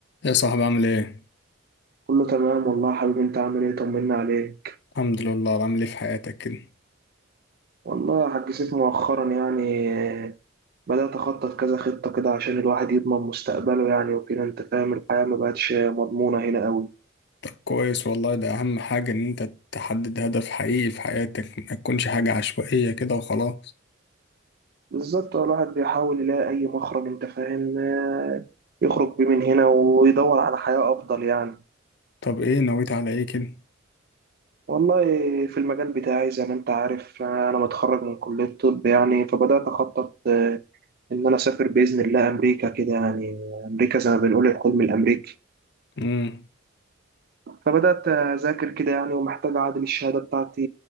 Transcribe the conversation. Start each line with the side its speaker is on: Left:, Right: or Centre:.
Left: يا صاحبي عامل ايه؟
Right: كله تمام والله يا حبيبي انت عامل ايه طمنا عليك
Left: الحمد لله عامل ايه في حياتك كده؟
Right: والله يا حاج سيف مؤخرا يعني آه، بدأت أخطط كذا خطة كده عشان الواحد يضمن مستقبله يعني وكده انت فاهم الحياة ما بقتش مضمونة هنا قوي
Left: طب كويس والله ده أهم حاجة إن أنت تحدد هدف حقيقي في حياتك ما تكونش حاجة عشوائية كده وخلاص
Right: بالظبط الواحد بيحاول يلاقي أي مخرج انت فاهم آه، يخرج بيه من هنا ويدور على حياة أفضل يعني
Left: طب ايه نويت على ايه كده؟
Right: والله في المجال بتاعي زي ما انت عارف آه، أنا متخرج من كلية الطب يعني فبدأت أخطط آه، إن أنا أسافر بإذن الله أمريكا كده يعني أمريكا زي ما بنقول الحلم الأمريكي
Left: مم.
Right: فبدأت أذاكر كده يعني ومحتاج أعادل الشهادة بتاعتي